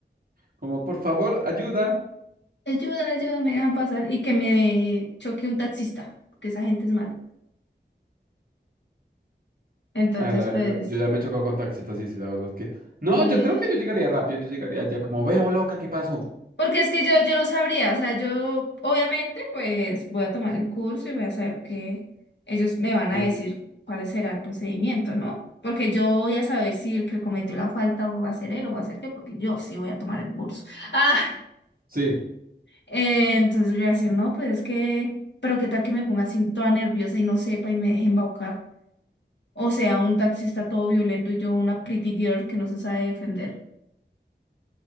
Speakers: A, on the right (about 50°); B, on the left (about 70°).
A: Como, por favor, ayuda.
B: Ayuda, ayuda, me dejan pasar. Y que me choque un taxista, porque esa gente es mala. Entonces,
A: Ah, la-
B: pues,
A: la- yo ya me he chocado con taxistas, sí, sí, la verdad es que. No,
B: sí.
A: yo creo que yo llegaría rápido, yo llegaría ya como, veo loca, ¿qué pasó?
B: Porque es que yo, yo no sabría, o sea, yo obviamente pues voy a tomar el curso y voy a saber que ellos me van a
A: Sí.
B: decir cuál será el procedimiento, ¿no? Porque yo voy a saber si el que cometió la falta va a ser él o va a ser yo, porque yo sí voy a tomar el curso. Ah,
A: sí.
B: eh, entonces yo voy a decir, no, pues es que, pero qué tal que me ponga así toda nerviosa y no sepa y me deje embaucar. O sea, un taxista todo violento y yo una pretty girl que no se sabe defender.